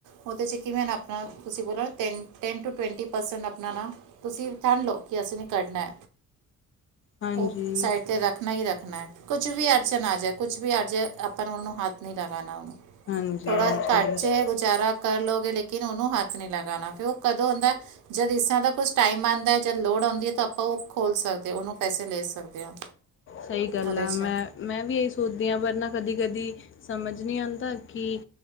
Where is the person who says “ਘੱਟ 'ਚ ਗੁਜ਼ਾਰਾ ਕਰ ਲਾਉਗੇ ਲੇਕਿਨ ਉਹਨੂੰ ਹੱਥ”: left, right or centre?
Right